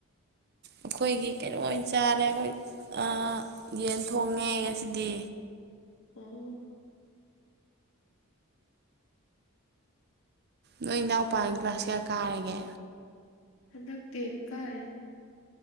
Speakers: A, on the right; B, on the left.
A: ꯑꯩꯈꯣꯏꯒꯤ ꯀꯩꯅꯣ ꯑꯣꯏꯅ ꯆꯥꯔꯦ ꯑꯩꯈꯣꯏ ꯑꯥ ꯌꯦꯟ ꯊꯣꯡꯉꯦ ꯉꯁꯤꯗꯤ
B: ꯑꯝ
A: ꯅꯣꯏ ꯏꯅꯥꯎꯄꯥ ꯀ꯭ꯂꯥꯁ ꯀꯌꯥ ꯀꯥꯔꯒꯦ
B: ꯍꯟꯗꯛ ꯇꯦꯟ ꯀꯥꯔꯤꯅꯦ